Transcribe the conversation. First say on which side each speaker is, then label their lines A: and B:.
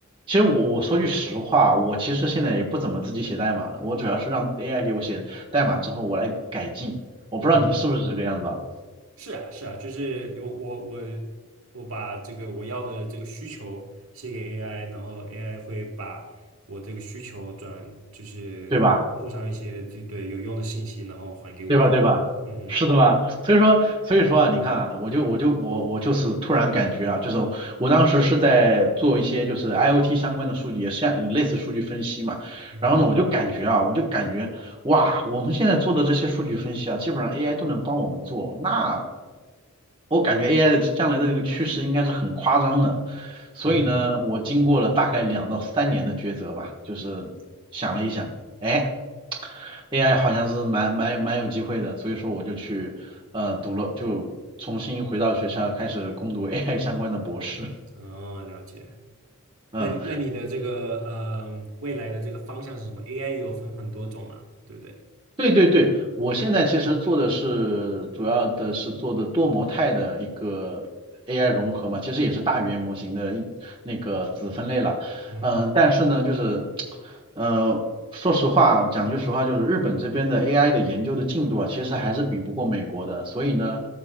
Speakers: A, on the right (about 25°); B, on the right (about 70°).
A: 其实我我说句实话，我其实现在也不怎么自己写代码了，我主要是让 AI 给我写代码之后，我来改进。我不知道你是不是这个样子啊，
B: 嗯哼，是啊，是啊，就是我我我我把这个我要的这个需求写给 AI，然后 AI 会把我这个需求转，就是附上一些就对有用的信息，
A: 对吧？
B: 然后还给我。
A: 对吧？对吧？
B: 嗯哼，
A: 是的吧？所以说，所以说啊，你看啊，我就我就我我就是突然感觉啊，就是我当时是在做一些就是 IoT 相关的数据，也是像类似数据分析嘛。
B: 嗯
A: 然后呢，我就感觉啊，我就感觉哇，我们现在做的这些数据分析啊，基本上 AI 都能帮我们做，那我感觉 AI 的将来的这个趋势应该是很夸张的，所以呢，
B: 嗯
A: 我经过了大概两到三年的抉择吧，就是想了一想，哎，AI 好像是蛮蛮蛮有机会的，所以说我就去呃读了，就重新回到学校开始攻读 AI 相关的博士。<laughs>
B: 哼，哦，了解。
A: 嗯，
B: 那你那你的这个呃未来的这个方向是什么？AI 有分很多种嘛，对不对？
A: 对对对，我现在其实做的是主要的是做的多模态的一个 AI 融合嘛，其实也是大语言模型的一那个子分类了。
B: 嗯。
A: 嗯、但是呢，就是呃，说实话，讲句实话，就是日本这边的 AI 的研究的进度啊，其实还是比不过美国的。所以呢，